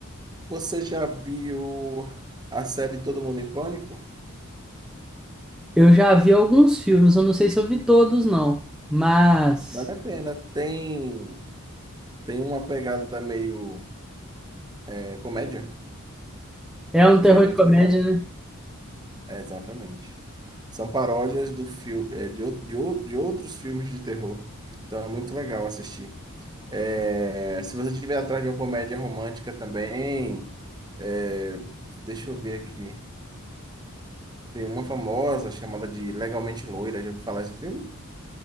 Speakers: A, on the right; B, in the centre.
A: Você já viu a série Todo Mundo em Pânico?
B: Eu já vi alguns filmes, eu não sei se eu vi todos, não. Mas
A: Vale a pena. Tem, tem uma pegada meio é, comédia
B: é um
A: e
B: terror
A: é muito
B: de comédia,
A: legal.
B: né?
A: É, exatamente. São paródias do fil, é de, o- de, o- de outros filmes de terror. Então é muito legal assistir. É, se você estiver atrás de uma comédia romântica também, é, deixa eu ver aqui. Tem uma famosa chamada de Legalmente Loira. Já ouviu falar desse filme?